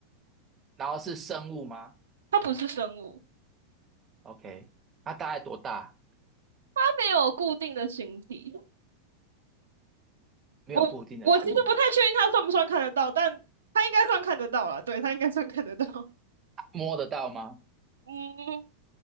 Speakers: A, on the right; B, on the right.
A: 然后是生物吗
B: 他不是生物，
A: ？OK，它大概多大？
B: 他没有固定的形体。
A: 没有固定的心理，
B: 我我其实不太确定他算不算看得到，但他应该算看得到了，对，他应该算看得到。
A: 摸得到吗？
B: 嗯，